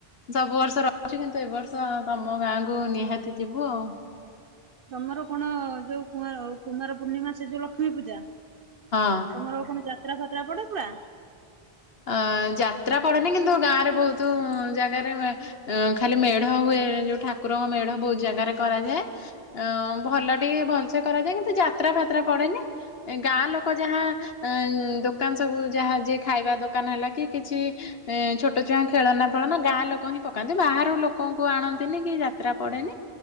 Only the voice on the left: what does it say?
ସବୁ ବର୍ଷ ରହୁଚୁ କିନ୍ତୁ ଏ ବର୍ଷ ତମ ଗାଁକୁ ନିହାତି ଯିବୁ ଆଉ।
ହଁ।
ଅଁ ଯାତ୍ରା ପଡେନି କିନ୍ତୁ ଗାଁରେ ଭୋଉତୁ ଜାଗାରେ ମେ-ଉଁ-ଖାଲି ମେଢ ହୁଏ ଯୋଉ ଠାକୁରଙ୍କ ମେଢ ଭୋଉତ ଜାଗାରେ କରାଯାଏ ଅଁ-ଭଲ ଟିକେ ଭଲସେ କରାଯାଏ କିନ୍ତୁ ଯାତ୍ରା ଫାତ୍ରା ପଡେନି ଏ ଗାଁ ଲୋକ ଯାହା ଅଁ ଦୋକାନ ସବୁ ଯାହା ଯିଏ ଖାଇବା ଦୋ ଦୋକାନ ହେଲା କି କିଛି ଏଁ ଛୋଟ ଛୁଆଁ ଖେଳନା ଫେଳନା ଗାଁ ଲୋକ ହିଁ ପକାନ୍ତି ବାହାରୁ ଲୋକଙ୍କୁ ଆଣନ୍ତିନି କି ଯାତ୍ରା ପଡେନି